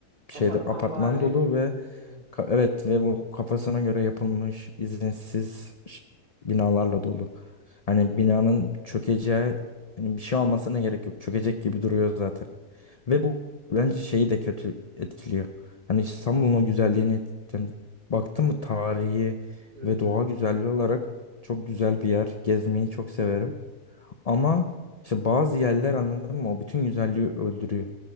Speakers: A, on the left; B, on the right.
A: şeyde
B: apartman
A: apartman
B: vari
A: dolu
B: diyorsun.
A: ve
B: Aynen.
A: ka- evet ve bu kafasına göre yapılmış izinsiz ş- binalarla dolu. Hani binanın çökeceği hani bir şey olmasına gerek yok. Çökecek gibi duruyor zaten. Ve bu bence şeyi de kötü etkiliyor. Hani İstanbul'un o güzelliğini et- yani baktım mı tarihi
B: Evet
A: ve doğa
B: evet.
A: güzelliği olarak çok güzel bir yer. Gezmeyi çok severim. Ama işte bazı yerler anladın mı? O bütün güzelliği öldürüyor.